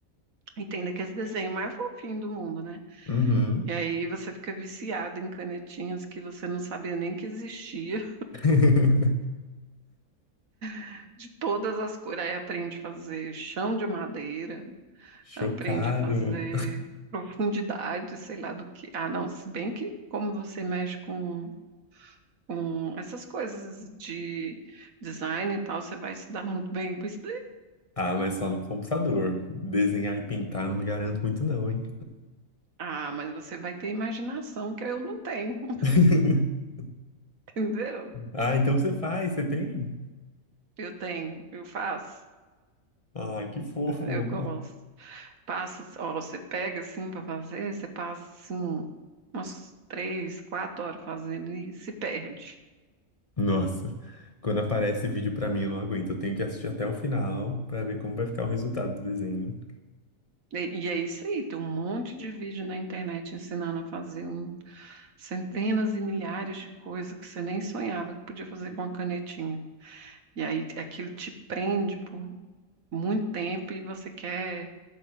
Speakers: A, on the right; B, on the left.
A: e tem daqueles desenhos mais fofinhos do mundo, né?
B: Uhum.
A: E aí você fica viciado em canetinhas que você não sabia nem que existia,
B: <laughs>
A: <laughs> de todas as cores. Aí aprende a fazer chão de madeira,
B: Chocado.
A: aprende a fazer profundidade, sei lá do que. Ah, não, se bem que como você mexe com. Com essas coisas de design e tal, você vai se dar muito bem com isso
B: Ah, mas só no computador. Desenhar e pintar não me garanto muito, não, hein?
A: Ah, mas você vai ter imaginação que eu não tenho, <laughs>
B: <laughs>
A: entendeu?
B: Ah, então você faz, você tem?
A: Eu tenho, eu faço,
B: Ah, que fofo.
A: eu gosto. Passa, ó, você pega assim para fazer, você passa assim umas três, quatro horas fazendo e se perde.
B: Nossa, quando aparece vídeo pra mim eu não aguento. Eu tenho que assistir até o final pra ver como vai ficar o resultado do desenho.
A: E, e é isso aí, tem um monte de vídeo na internet ensinando a fazer um- centenas e milhares de coisas que você nem sonhava que podia fazer com a canetinha. E aí aquilo te prende por muito tempo e você quer